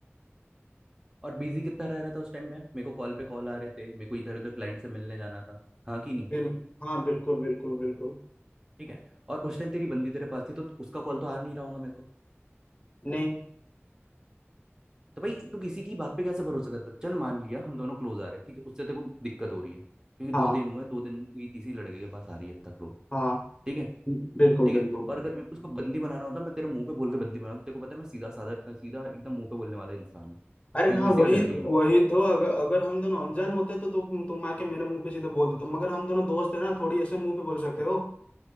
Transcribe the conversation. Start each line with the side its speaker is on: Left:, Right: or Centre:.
Right: और बिजी कितना रह रहा था उस टाइम में मेरे को कॉल पे कॉल आ रहे थे मेरे को इधर उधर क्लाइंट से मिलने जाना था हाँ कि नहीं
Left: बिल हाँ बिल्कुल बिल्कुल बिल्कुल
Right: ठीक है और उस टाइम तेरी बंदी तेरे पास थी तो उसका कॉल तो आ नहीं रहा होगा मेरे को
Left: नहीं
Right: तो भाई तू किसी की बात पे कैसे भरोसा करता चल मान लिया हम दोनों क्लोज आ रहे ठीक है उससे तेरे को दिक्कत हो रही है क्योंकि
Left: हाँ
Right: दो दिन हुए दो दिन में कोई किसी लड़के के पास आ रही है इतना क्लोज
Left: हाँ
Right: ठीक है
Left: बिल्कुल
Right: ठीक है
Left: बिल्कुल
Right: और अगर मेरे को उसको बंदी बनाना होता मैं तेरे मुंह पे बोल के बंदी बनाता तेरे को पता है मैं सीधा साधा सीधा एकदम मुंह पे बोलने वाला इंसान हूँ
Left: अरे
Right: मेरे
Left: हाँ
Right: को किसी
Left: वही
Right: का डर भी
Left: वही
Right: नहीं
Left: तो अगर अगर हम दोनों अनजान होते तो, तो तुम तुम आके मेरे मुंह पे सीधे बोल देते मगर हम दोनों दोस्त है ना थोड़ी ऐसे मुंह पे बोल सकते हो